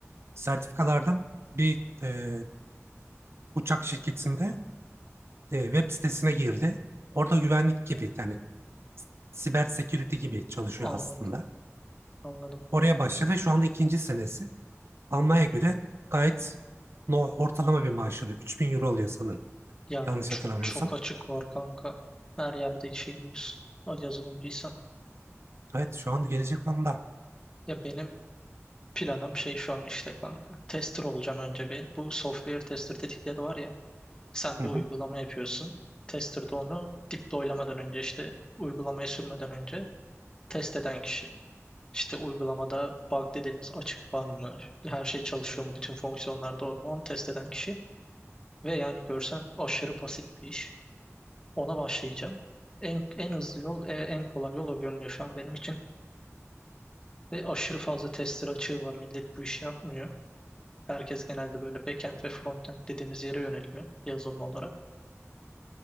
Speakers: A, on the right (about 55°); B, on the left (about 15°).
A: Sertifikalardan bir e, uçak şirketinde e, web sitesine girdi. Orada güvenlik gibi yani siber security gibi çalışıyor
B: Anladım,
A: aslında.
B: anladım.
A: Oraya başladı ve şu anda ikinci senesi. Almaya göre gayet no, ortalama bir maaş alıyor. 3000 euro alıyor sanırım.
B: Ya
A: Yanlış
B: çok
A: hatırlamıyorsam.
B: çok açık var kanka. Her yerde işe giriyorsun. O yazılımcıysan.
A: Evet şu anda gelecek anda.
B: Ya benim planım şey şu an işte kanka. Tester olacağım önce bir. Bu software tester dedikleri var ya. Sen
A: Hı
B: bir
A: hı,
B: uygulama yapıyorsun. Tester de onu deploy'lamadan önce işte uygulamaya sürmeden önce test eden kişi. İşte uygulamada bug dediğimiz açık var mı? Her şey çalışıyor mu? Bütün fonksiyonlar doğru mu? Onu test eden kişi. Ve yani görsen aşırı basit bir iş. Ona başlayacağım. En, en hızlı yol, e, en kolay yol o görünüyor şu an benim için. Ve aşırı fazla tester açığı var. Millet bu işi yapmıyor. Herkes genelde böyle backend ve frontend dediğimiz yere yöneliyor yazılım olarak.